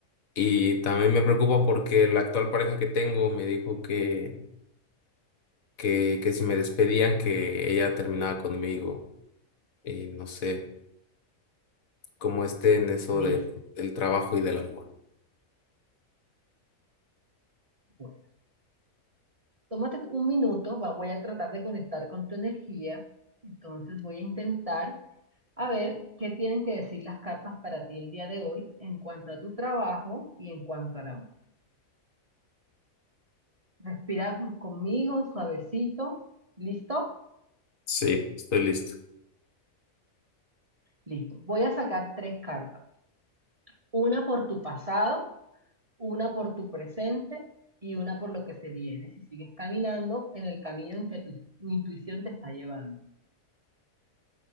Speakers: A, on the left; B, on the right.
A: Y también me preocupa porque la actual pareja que tengo me dijo que, que, que si me despedían, que ella terminaba conmigo. Y no sé cómo esté en eso
B: Listo.
A: de, del trabajo y del amor.
B: Bueno, tómate un minuto, voy a tratar de conectar con tu energía. Entonces voy a intentar A ver, ¿qué tienen que decir las cartas para ti el día de hoy en cuanto a tu trabajo y en cuanto al amor? Respira conmigo, suavecito. ¿Listo?
A: Sí, estoy listo.
B: Listo. Voy a sacar tres cartas. Una por tu pasado, una por tu presente y una por lo que se viene. Si sigues caminando en el camino en que tu, tu intuición te está llevando.